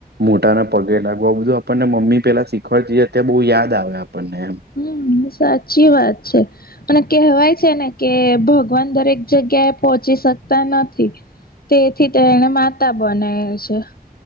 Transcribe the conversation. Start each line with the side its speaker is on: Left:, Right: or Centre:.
Right: મોટાના પગે લાગો આ બધું આપણને મમ્મી પેલા શીખવાડતી અત બહુ યાદ આવે આપણને એમ.
Left: હમ્મ, સાચી વાત છે. અને કહેવાય છે ને કે ભગવાન દરેક જગ્યા એ પોહોંચી શકતા નથી. તેથી તે એને માતા બનાયલ છે.